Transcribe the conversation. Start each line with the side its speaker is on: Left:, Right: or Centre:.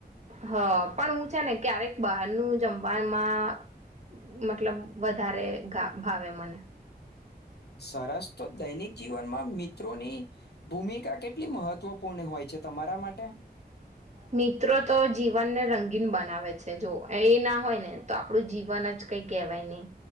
Right: હ પણ હું છે ને ક્યારેક બહારનું જમવામાં મતલબ વધારે ગા ભાવે મને.
Left: સરસ તો દૈનિક જીવનમાં મિત્રોની ભૂમિકા કેટલી મહત્વપૂર્ણ હોય છે તમારા માટે?
Right: મિત્રો તો જીવનને રંગીન બનાવે છે જો એ ના હોય ને તો આપણું જીવન જ કઈ કેહેવાય નહી